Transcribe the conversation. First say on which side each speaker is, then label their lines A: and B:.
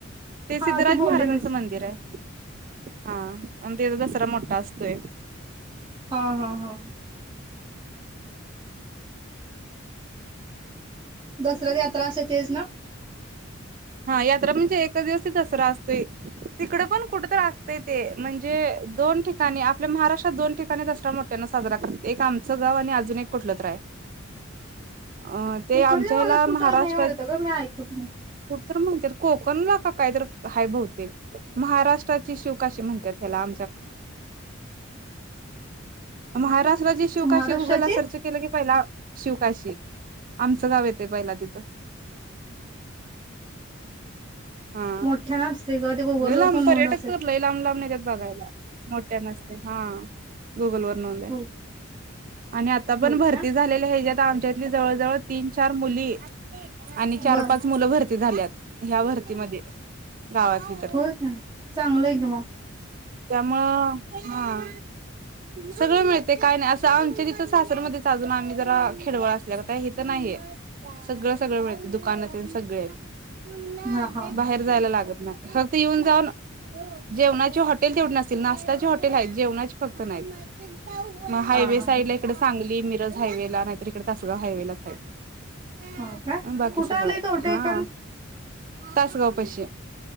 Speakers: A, on the right; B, on the right.
A: ते सिद्धराज
B: हा तू बोललेलीस
A: महाराजांचं मंदिर आहे हा आणि तेचा दसरा मोठा असतोय
B: हा हा हा दसऱ्या यात्रा असा तेच ना
A: हा यात्रा म्हणजे एकच दिवस दसरा असतोय तिकड पण कुठ तर असतय ते म्हणजे दोन ठिकाणी आपल्या महाराष्ट्रात दोन ठिकाणी दसरा मोठ्याना साजरा करतात एक आमचं गाव आणि अजून एक कुठलं तर रा आहे अं ते
B: इकडच्या
A: आमच्या
B: भागात
A: हला
B: कुठं
A: महाराष्ट्रा
B: नाही वाटत ग मी ऐकलं
A: म्हण कोकणला का काय तर हय बतेक महाराष्ट्राची शिवकाशी म्हणतात त्या मा ुस जे शोके
B: महाराष्ट्राची
A: गुगल ला सर्च केलं की पहिला शिवकाशी आमचं गाव येते पहिला तिथं हा
B: मोठ्या ना असते ग ते गुगलवर
A: ल लाब
B: पण नोंद
A: पर्यटक
B: असेल
A: तर लई लाब लाब नाही त्या बघायला मोठ्या नसते हा गुगल वर नोंद आहे
B: होय
A: आणि आता पण
B: होय
A: भरती
B: का
A: झालेल्या हच्यात आमच्यात जवळ जवळ तीन चार मुली आणि चार
B: बर
A: पाच मुलं भर झाल्यात ह भरतीमध्ये गावातली तर
B: हो का चांगलं आहे क मग
A: त्यामुं ह सगळं मिळते काय नाही असं आमच्या तिथं सासरमध्येध्ये अजून आम्ही जरा खेडवळ असल्यागत आहे हित नाही हे सगळं सगळं मिळते दुकाने तेन सगळी आहेत
B: हा हा
A: बाहेर
B: हा
A: जायला लागत नाही फक्त येऊन जाऊन जेवणाची हॉटेल तेवढ नसतील नाश्त्याची हॉटेल जेवनाची फक्त नाहीत मग हायवे
B: हा हा
A: साईड
B: हा
A: ला हिकडं सांगली मिरज हायवे ला नाही तर इकडे तासगाव हायवे लाच आहे
B: हो का
A: बाकी
B: कुठं
A: सगळ
B: आलंय
A: आहे
B: कवठे
A: हा
B: एकंद
A: तासगाव पशी